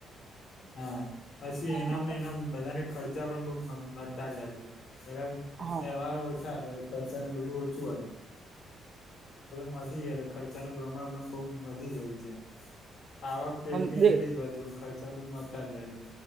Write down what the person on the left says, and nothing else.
હા પછી એનામને
એના બધાને ખર્ચા પણ બહુ વધતા જાય છે, ત્યારે
તહેવારો ઓછા ત્યારે ખર્ચાને બધુ ઓછું હતું <unintelligible> વધી ખર્ચાનું પ્રમાણ પણ બો વધી ગયું છે. આવક તો
એટલી
એટલી જ હોય છે, પણ ખર્ચા બોઉુ વધતા જાય છે.